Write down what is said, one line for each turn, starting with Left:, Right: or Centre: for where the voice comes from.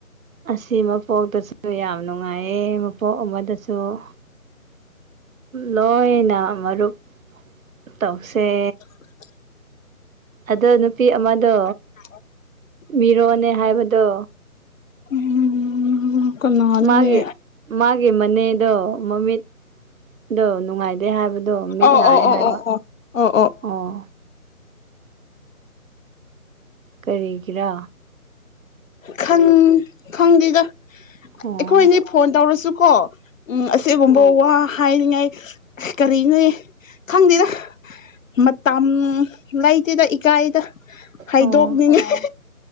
Right: ꯑꯁꯤ ꯃꯄꯣꯛꯇꯁꯨ ꯌꯥꯝ ꯅꯨꯡꯉꯥꯏꯌꯦ ꯃꯄꯣꯛ ꯑꯃꯗꯁꯨ ꯎꯝ ꯂꯣꯏꯅ ꯃꯔꯨꯞ ꯇꯧꯁꯦ
Left: <unintelligible>
Right: ꯑꯗꯣ ꯅꯨꯄꯤ ꯑꯃꯗꯣ
Left: <unintelligible>
Right: ꯃꯤꯔꯣꯟꯅꯦ ꯍꯥꯏꯕꯗꯣ
Left: ꯎꯝ ꯀꯅꯥꯅꯣꯅꯦ
Right: ꯃꯥꯒꯤ ꯃꯥꯒꯤ ꯃꯅꯦꯗꯣ ꯃꯃꯤꯠꯗꯣ ꯅꯨꯡꯉꯥꯏꯇꯦ ꯍꯥꯏꯕ ꯗꯣ ꯃꯤꯠ
Left: ꯑꯣ
Right: ꯅꯥꯏ
Left: ꯑꯣ ꯑꯣ
Right: ꯍꯥꯏꯕ
Left: ꯑꯣ ꯑꯣ ꯑꯣ
Right: ꯑꯣ ꯀꯔꯤꯒꯤꯔ
Left: ꯈꯪ ꯈꯪꯗꯦꯗ
Right: ꯑꯣ
Left: ꯑꯩꯈꯣꯏꯅꯦ ꯐꯣꯟ ꯇꯧꯔꯁꯨꯀꯣ ꯎꯝ ꯑꯁꯤꯒꯨꯝꯕ ꯋꯥ ꯍꯥꯏꯅꯤꯡꯉꯥꯏ ꯑꯁ ꯀꯔꯤꯅꯣ ꯈꯪꯗꯦꯗ ꯃꯇꯝ ꯂꯩꯇꯦꯗ ꯏꯀꯥꯏꯗ ꯍꯥꯏꯗꯣꯛꯅꯤꯡꯉꯥꯏ
Right: ꯑꯣ